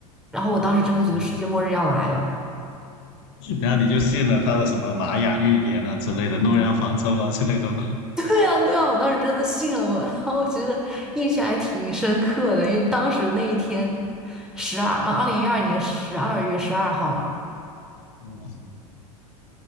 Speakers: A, in the centre; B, on the left.
A: 然后我当时真的觉得世界末日要来了。
B: 嗯，然后你就信了他的什么玛雅预言啊之类的，诺亚方舟啊之类的吧。
A: 对啊，对啊，我当时真的信了我，<laughs> 然后其实印象还挺深刻的，因为当时那一天十二，二零一二年十二月十二号嘛。
B: 嗯